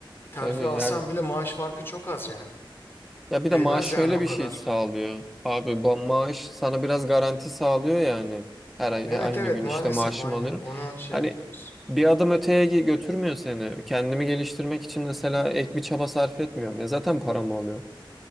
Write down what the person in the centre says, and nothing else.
tabii
yani
Ya
bir de maaş şöyle
bir
şey sağlıyor. Abi bu maaş sana biraz garanti sağlıyor yani. Her ay
aynı
gün
işte maaşımı
alıyorum.
Hani
bir adım öteye gi- götürmüyor seni. Kendimi geliştirmek için mesela ek bir çaba sarf etmiyorum. Ya zaten paramı alıyorum.